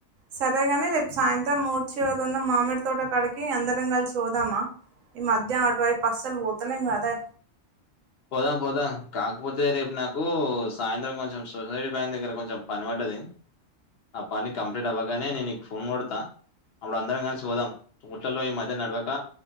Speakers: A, on the right; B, on the left.
A: సరేగాని రేపు సాయంత్రం ఊరి చివర ఉన్న మామిడి తోట కాడికి అందరం కలిసి పొదామా ఈ మధ్య ఆటు అస్సలు పోతలేం కదా
B: పోదాం పోదాం కాకపోతే రేపు నాకు సాయంత్రం కొంచం సొసైటీ బ్యాంక్ దగ్గర కొంచెం పని పడ్డది ఆ పని కంప్లీట్ అవ్వగానే నేను నికు ఫోన్ కొడతా అప్పుడు అందరం కలిసి పొదాం ఊట్లల్లో ఈ మధ్య నడవక